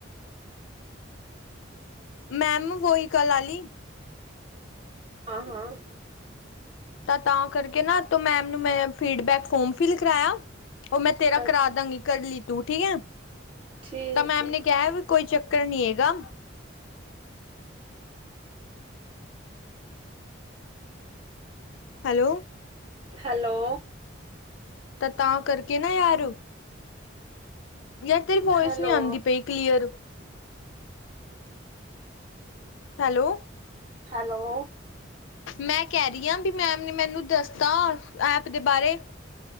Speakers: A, on the left; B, on the right.
A: ਮੈਮ ਵੋਹੀ ਕਲ ਆਲੀ।
B: ਹਾਂ- ਹਾਂ।
A: ਤਾਂ, ਤਾਂ ਕਰਕੇ ਨਾ ਮੈਮ ਨੂੰ ਮੈਂ, ਫੀਡਬੈਕ ਫੋਮ ਫਿਲ ਕਰਾਇਆ। ਉਹ ਮੈਂ ਤੇਰਾ
B: ਅੱਛਾ
A: ਕਰਾਦਾਂਗੀ, ਕਰ ਲਈ ਤੂੰ ਠੀਕ ਏ।
B: ਠੀਕ
A: ਤਾਂ ਮੈਮ
B: ਹੈ
A: ਨੇ ਕਿਹਾ, ਕੋਈ ਚੱਕਰ ਨਹੀਂ ਹੈਗਾ। ਹੈਲੋ।
B: ਹੈਲੋ।
A: ਤਾਂ, ਤਾਂ ਕਰਕੇ ਨਾ ਯਾਰ। ਯਾਰ ਤੇਰੀ ਵੋਇਸ
B: ਹੈਲੋ
A: ਨਹੀਂ ਆਉਂਦੀ ਪਈ। ਕਲੀਅਰ। ਹੈਲੋ।
B: ਹੈਲੋ।
A: ਮੈਂ ਕਹਿ ਰਹੀ ਹਾਂ। ਵੀ ਮੈਮ ਨੇ ਮੈਨੂੰ ਦੱਸਤਾ, ਐਪ ਦੇ ਬਾਰੇ।